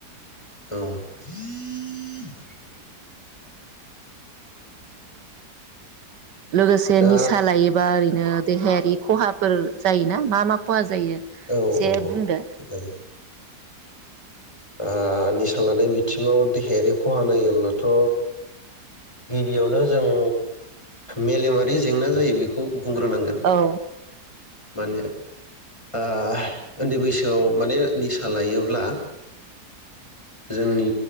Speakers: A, on the left (about 15°); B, on the right (about 85°).
A: औ
B: लोगोसे
A: दा
B: निसा लायो बा ओरैनो देहायारि खहाफोर जायोना मा मा खहा जायो
A: औ
B: एसे
A: औ
B: बुंदो
A: औ जायो ओ निसा लानाय बिथिङाव देहायारि खहा नायोब्लाथ' गिबियावनो जों मेलेमा रि जेंना जायो बेखौ बुंग्रोनांगोन।
B: औ
A: माने ओ उन्दै बैसोआव माने निसा लायोब्ला जोंनि